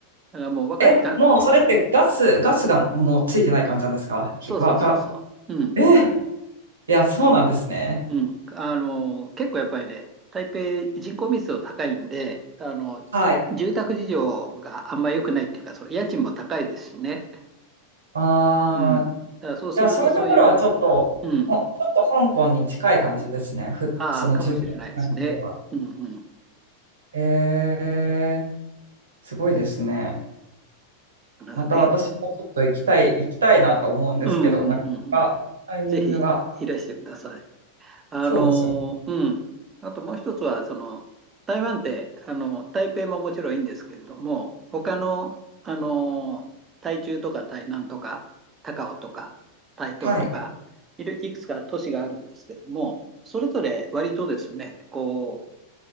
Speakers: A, on the right; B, on the right.
A: からもう若いた、
B: え、もうそれってガス、ガスがもうついてない感じなんですかひわか、
A: そうそうそうそう。うん。
B: え、いや、そうなんですね。
A: うん。あの、結構やっぱりね、台北人口密度高いんで、あの、
B: はい。
A: 住宅事情があんまり良くないっていうか、その家賃も高いですしね。
B: ああ、
A: うん。だからそうするとそういう、
B: じゃあそういうところはちょっと、
A: うん、
B: ほ、ちょっと香港に近い感じですね。ふ、
A: ああ、
B: その従業関係は。
A: かもしれないですね。うんうん。
B: えー、すごいですね。
A: だからね。
B: また私もちょっと行きたい、行きたいなと思うんですけど、
A: うんうんうんうん。
B: なかなかタイミングが。
A: ぜひいらしてください。あの、
B: そうですよ。
A: うん。あともう一つは、その、台湾って、あの、台北ももちろんいいんですけれども、他の、あの、台中とか台南とか、高雄とか、台東とか、
B: はい。
A: いる、いくつか都市があるんですけれども、それぞれ割とですね、こ